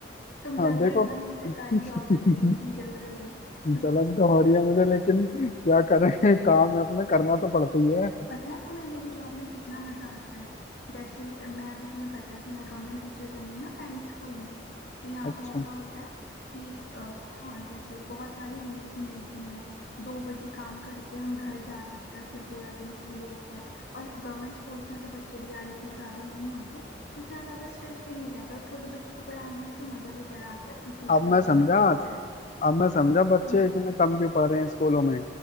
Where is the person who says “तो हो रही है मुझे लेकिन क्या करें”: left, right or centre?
Left